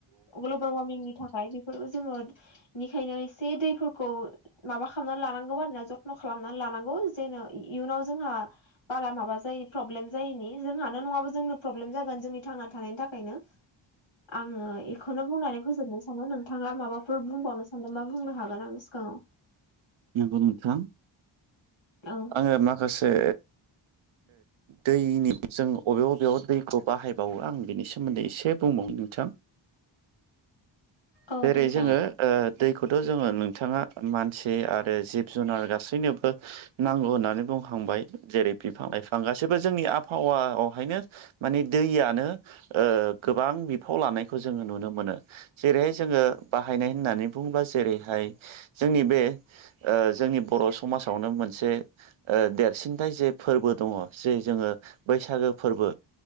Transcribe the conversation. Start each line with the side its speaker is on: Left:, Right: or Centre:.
Left: ग्लबेल वार्मिंनि थाखाय बेफोर जोङो बेनिखायनो एसे दैफोरखौ माबा खालामनानै लानांगौ आरोना जथ्न' खालामनानै लानांगौ जेन' इयुनाव जोंहा बारा माबा जायोनि प्रब्लेम जायैनि जोंहानो नङाब जोंनो प्रब्लेम जागोन जोंनि थां थानायनि थाखायनो आङो बेखौनो बुंनानै फोजोबनोसै साना नोंथाङा आरो माबाफोर बुंबावनो सानदोंबा बुंनो हागोन आं सिगाङाव
Right: नंगौ नोंथां
Left: औ
Right: आङो माखासे दैनि जों बबे बबेयाव दैखौ बाहायबावो आं बिनि सोमोन्दै एसे बुंबावो नोंथां
Left: औ
Right: जेरै
Left: दे
Right: जोङो
Left: जागोन
Right: दैखौथ' जोङो नोंथाङा मानसि आरो जिब जुनार गासैनोबो नांगौ होननानै बुंखांबाय जेरै बिफां लाइफां गासैबो जोंनि आबहावायावहायनो माने दैयानो गोबां बिफाव लानायखौ जोङो नुनो मोनो जेरै जोङो बाहायनाय होननानै बुङोबा जेरैहाय जोंनि बे जोंनि बर' समाजावनो मोनसे देरसिनथाय जे फोरबो दङ जे जोङो बैसागो फोरबो